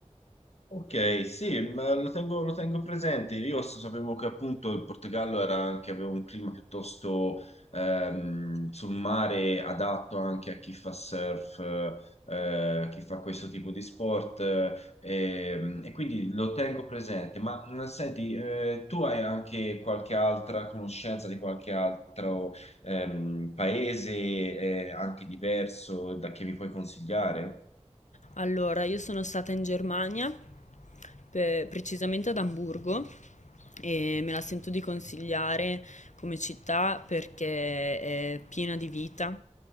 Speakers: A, on the left; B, on the left.
A: Ok, sì, ma lo tengo, lo tengo presente. Io s- sapevo che appunto il Portogallo era anche, aveva un clima piuttosto ehm, sul mare adatto anche a chi fa surf, eh, a chi fa questo tipo di sport, eh, ehm, e, quindi lo tengo presente. Ma mh, senti, eh, tu hai anche qualche altra conoscenza di qualche altro ehm, paese, eh, anche diverso da che mi puoi consigliare?
B: Allora, io sono stata in Germania, pe- precisamente ad Amburgo, e me la sento di consigliare come città perché è piena di vita,